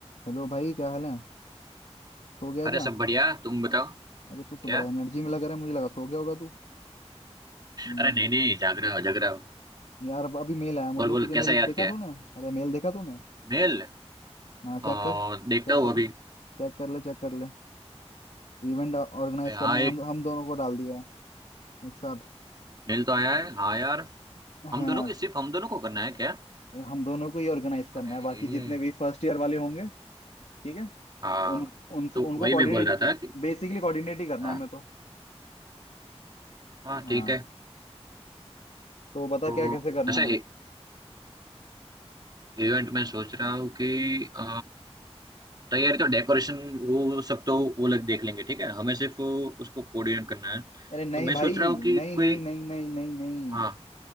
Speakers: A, on the left (about 90°); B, on the right (about 40°).
A: Hello भाई क्या हाल है सो गया
B: अरे
A: क्या
B: सब बढ़िया तुम बताओ
A: अरे तू तो
B: क्या
A: बड़ा एनर्जी में लग रहा है मुझे लगा सो गया होगा तू हम्म,
B: अरे नहीं नहीं जाग रहा हो जाग रहा हो
A: यार अब अभी मेल आया मुझे
B: बोल बोल
A: तुझे मेल
B: कैसा याद
A: देखा
B: किया
A: तूने अरे मेल देखा तूने
B: मेल
A: हाँ
B: आ,
A: चेक कर चेक
B: देखता हूँ
A: कर
B: अभी
A: चेक कर ले चेक कर ले इवेंट ऑर्गेनाइज
B: अरे हाँ
A: करना है
B: एक
A: हम हम दोनों को डाल दिया है एक साथ
B: मेल तो आया है हाँ यार
A: हाँ
B: हम दोनों के सिर्फ हम दोनों को करना है क्या
A: हम दोनों को ही ऑर्गेनाइज करना
B: अरे
A: है बाकी जितने भी फर्स्ट ईयर वाले होंगे ठीक है
B: हाँ
A: उन, उन
B: तो
A: उनको
B: वही
A: कोऑर्डिनेट
B: मैं बोल रहा था कि
A: बेसिकली कोऑर्डिनेट ही करना
B: हाँ
A: है हमें तो
B: हाँ
A: हाँ
B: ठीक है
A: तो बता
B: तो
A: क्या कैसे करना
B: अच्छा
A: है
B: इवेंट में सोच रहा हूँ कि अ, तैयारी तो डेकोरेशन वो सब तो वो लोग देख लेंगे ठीक है हमें सिर्फ उसको कोऑर्डिनेट करना है
A: अरे नहीं
B: तो मैं
A: भाई
B: सोच रहा हूँ कि
A: नहीं
B: कोई
A: नहीं नहीं नहीं नहीं नहीं
B: हाँ